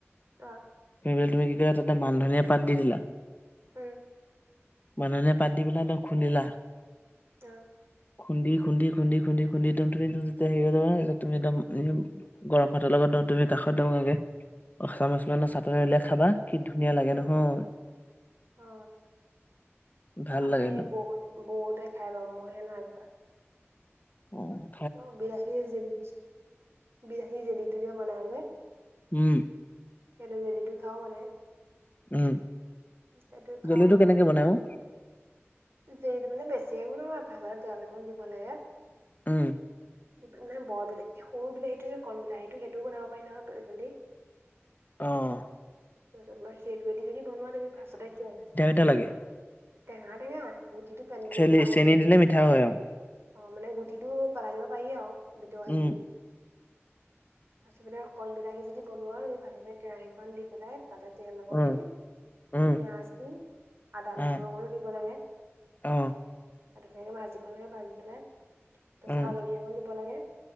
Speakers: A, on the right; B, on the left.
A: অ'।
B: খুন্দি পেলাই তুমি কি কৰিলা তাত মান ধনীয়া পাত দি দিলা।
A: উম।
B: মান ধনীয়া পাত দি পেলাই একদম খুন্দিলা।
A: অ'।
B: খুন্দি খুন্দি খুন্দি খুন্দি খুন্দি তুমি যেতিয়া হেৰি হ'ব নহয় তুমি একদম গৰম ভাত তৰ লগত তুমি কাষত <unintelligible> চাটনি লৈ খাবা। কি ধুনীয়া লাগে
A: উম
B: নহয়
A: অ
B: ভাল
A: আমাৰ
B: লাগে একদম।
A: এই বহুত বহুতে খাই বাৰু মই হে নাই খোৱা।
B: উম।
A: অ', বিলাহী জেলীটো যে বিলাহী জেলীটো যে বনাই যে।
B: উম।
A: সেইটো জেলীটো খাওঁ মানে।
B: উম,
A: সেইটো খাও
B: জেলীটো কেনেকে বনাই অ'?
A: জেলীটো মানে বেছি একো নাভাজে তেল অকণ দিব লাগে।
B: উম
A: মানে বৰ বিলাহী সৰু বিলাহীটো যে কন বিলাহীটো সেইটোও বনাব পাৰি নহয় জেলী
B: অহ
A: তাৰপিছত সেইটোৱেদি যদি বনোৱা তুমি ফাৰ্ষ্ট তে কেৰাহী
B: নেলাগে
A: টেঙা টেঙা গুটিটো পানী
B: চেনি
A: যদি পানী গুটিটো
B: চেনি দিলে মিঠা হয় আৰু
A: অ মানে গুটিটো পেলাই দিব পাৰি আৰু ভিতৰৰ
B: উম
A: হেৰি খিনি ফাৰ্ষ্টতে কন বিলাহী যদি বনোৱা ফাৰ্ষ্টতে কেৰাহীখন দি পেলাই তাতে তেল অকণ
B: উম
A: দি
B: উম
A: পিয়াজ দি আদা
B: আহ
A: নহৰু অকণ দি দিব লাগে সেইটো
B: অ
A: ধুনীয়াকে ভাজিব লাগে ভাজি পেলাই তাৰপিছত
B: উম
A: হালধি অকণ দিব লাগে।